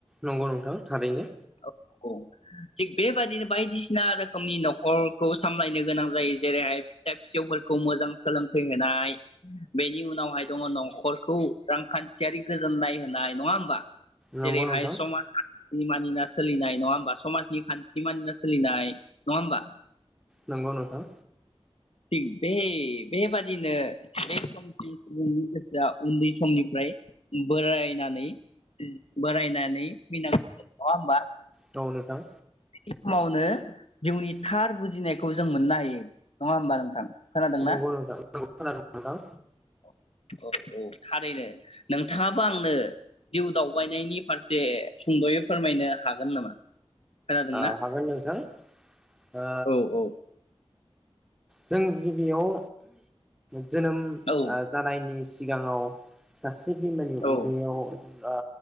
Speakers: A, in the centre; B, on the left.
A: नंगौ नोंथां थारैनो
B: औ थिग बेबादिनो बायदिसिना रोखोमनि नखरखौ सामलायनो गोनां जायो जेरैहाय फिसा फिसौफोरखौ मोजां सोलोंथाइ होनाय बेनि उनावहाय दङ नखर खौ रांखान्थियारि गोजोननाय होनाय नङा होमबा
A: नंगौ
B: जेरैहाय
A: नोंथां
B: समाज खान मानिना सोलिनाय नङा होमबा समाजनि खान्थि मानिना सोलिनाय नङा होमबा
A: नंगौ नोंथां
B: थिग बे बेबादिनो बे समसिमनि गोसोआ उन्दै समनिफ्राय बोरायनानै बोरायनानै फैनांगौ नङा होमबा
A: दं‌ङ नोंथां
B: बिदि समावनो जिउनि थार बुजिनायखौ जों मोननो हायो नंङा होमबा नोंथां खोनादोंना
A: नंगौ नोंथां औ खोनादों नोंथां
B: औ औ थारैनो नोंथाङाबो आंनो जिउ दावबायनायनि फारसे सुंदयै फोरमायनो हागोन नामा खोनादोंना
A: ओ हागोन नोंथां ओ
B: औ औ
A: जों गिबियाव जोनोम
B: औ
A: ओ जानायनि सिगाङाव सास से बे बिमानि
B: औ
A: उदैयाव ओ